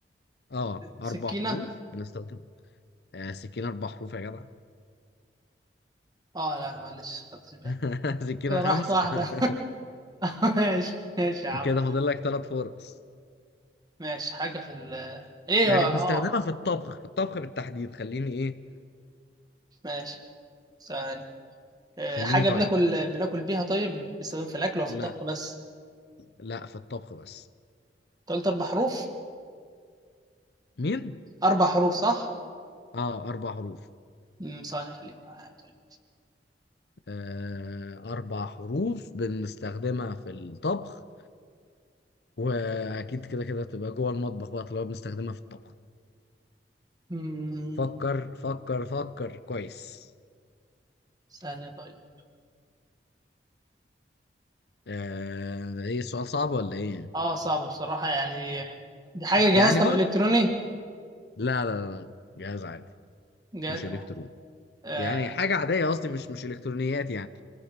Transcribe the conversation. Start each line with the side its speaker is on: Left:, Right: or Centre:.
Left: اه
Right: سكينه
Left: أربع حروف بنستخدم آه، سكينة أربع حروف يا جدع
Right: اه لا معلش خدتش بالي
Left: <laughs> سكينة
Right: كده
Left: خمسة
Right: راحت واحده
Left: <laughs>
Right: <laughs> ماشي ماشي يا عم
Left: كده فاضل لك ثلاث فرص
Right: ماشي حاجة في ال ايه
Left: يعني
Right: هو اه
Left: بنستخدمها في الطبخ في الطبخ بالتحديد خليني ايه
Right: ماشي ثواني آه،
Left: خليني
Right: حاجة
Left: طيب
Right: بناكل بناكل بيها طيب بيستخدم في الأكل ولا في
Left: لا
Right: الطبخ بس؟
Left: لا في الطبخ بس
Right: أنت قلت أربع حروف؟
Left: مين
Right: أربع حروف صح؟
Left: اه أربع حروف
Right: امم ثواني خليك معايا طيب
Left: آه، أربع حروف بنستخدمها في الطبخ وأكيد كده كده تبقى جوه المطبخ بقى طالما بنستخدمها في الطبخ
Right: امم
Left: فكر فكر فكر كويس
Right: ثانية طيب
Left: آه، إيه السؤال صعب ولا إيه؟
Right: اه صعبة بصراحة يعني آه، دي حاجة جهاز
Left: يعني
Right: طب
Left: فكر
Right: إلكتروني؟
Left: لا لا لا جهاز عادي
Right: جهاز
Left: مش إلكتروني
Right: آه
Left: يعني حاجة عادية قصدي مش مش إلكترونيات يعني